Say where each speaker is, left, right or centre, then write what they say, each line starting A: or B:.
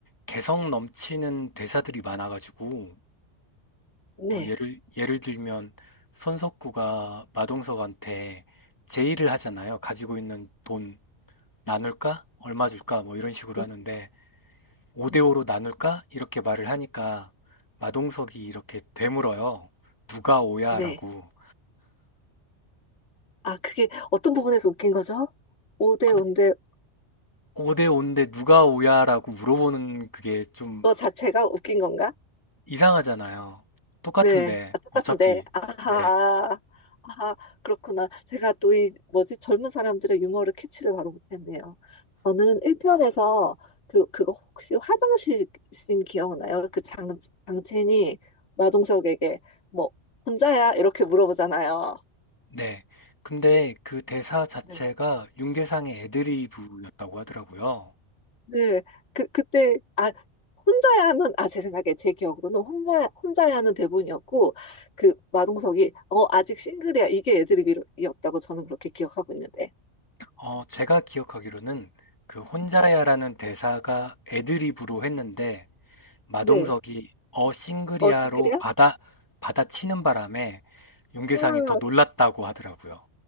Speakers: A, on the left (about 15°); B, on the left (about 80°).
A: 개성 넘치는 대사들이 많아가지고,
B: 네.
A: 어, 예를, 예를 들면, 손석구가 마동석한테 제의를 하잖아요. 가지고 있는 돈 나눌까? 얼마 줄까? 뭐 이런 식으로
B: 음?
A: 하는데, 5대5로
B: 네.
A: 나눌까? 이렇게 말을 하니까, 마동석이 이렇게 되물어요. 누가 오야?
B: 네.
A: 라고.
B: 아, 그게 어떤 부분에서 웃긴 거죠? 5대
A: 아니,
B: 5인데
A: 5대5인데 누가 오야? 라고 물어보는 그게 좀
B: 그거 자체가 웃긴 건가?
A: 이상하잖아요. 똑같은데,
B: 네, 아, 똑같은데,
A: 어차피.
B: 아하,
A: 네,
B: 아하, 그렇구나. 제가 또 이, 뭐지, 젊은 사람들의 유머를 캐치를 바로 못했네요. 저는 1편에서 그, 그거 혹시 화장실 씬 기억나요? 그 장, 장첸이 마동석에게 뭐, 혼자야? 이렇게 물어보잖아요.
A: 네. 근데 그 대사 자체가
B: 네,
A: 윤계상의 애드리브였다고 하더라고요.
B: 네, 그, 그때, 아, 혼자야 하는, 아, 제 생각에, 제 기억으로는 혼자, 혼자야 하는 대본이었고, 그 마동석이, 어, 아직 싱글이야. 이게 애드립이었다고 저는 그렇게 기억하고 있는데.
A: 어, 제가 기억하기로는 그 혼자야라는 대사가 애드리브로 했는데, 마동석이
B: 네.
A: 어 싱글이야로
B: 어, 싱글이야?
A: 받아, 받아치는 바람에 윤계상이
B: 와,
A: 더 놀랐다고 하더라고요.